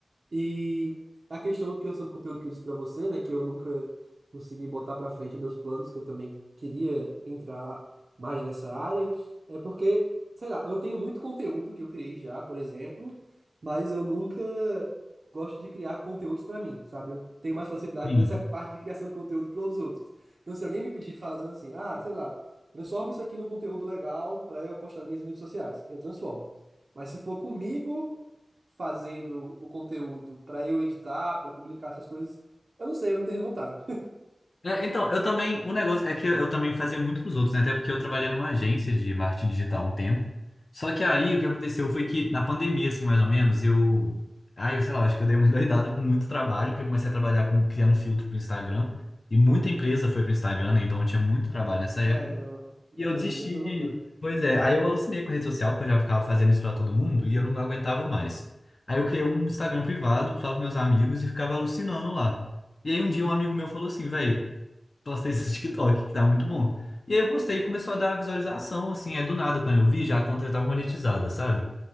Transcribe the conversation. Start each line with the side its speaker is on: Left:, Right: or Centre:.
Right: E a questão do criação de conteúdo que eu disse pra você, né, que eu nunca consegui botar pra frente meus planos, que eu também queria entrar mais nessa área, é porque, sei lá, eu tenho muito conteúdo que eu criei já, por exemplo, mas eu nunca gosto de criar conteúdos pra mim, sabe? Eu tenho mais facilidade
Left: Sim.
Right: nessa <laughs> parte de criação de conteúdo para os outros. Então, se alguém me pedir fazendo assim, ah, sei lá, transforma isso aqui num conteúdo legal pra eu postar nas minhas mídias sociais, eu transformo. Mas se for comigo, fazendo o conteúdo pra eu editar, pra publicar essas coisas. Eu não sei, eu não tenho vontade.
Left: É, Então, eu também, o negócio é que eu também fazia muito pros outros, né? Até porque eu trabalhei numa agência de marketing digital há um tempo. Só que aí o que aconteceu foi que na pandemia, assim, mais ou menos, eu. Aí, eu sei lá, acho que eu dei uma <laughs> endoidada com muito trabalho, porque eu comecei a trabalhar com criando filtro pro Instagram. E muita empresa foi pro Instagram, né? Então eu tinha muito trabalho nessa
Right: É,
Left: época.
Right: no, na
Left: E eu
Right: pandemia
Left: desisti
Right: foi
Left: de.
Right: loucura.
Left: Pois é, aí eu alucinei com a rede social, porque eu já ficava fazendo isso pra todo mundo e eu não aguentava mais. Aí eu criei um Instagram privado só para meus amigos e ficava alucinando lá. E aí um dia um amigo meu falou assim, velho, postei isso no TikTok, que tá muito bom. E aí eu postei e começou a dar visualização, assim, é do nada, quando eu vi, já a conta já tava monetizada, sabe?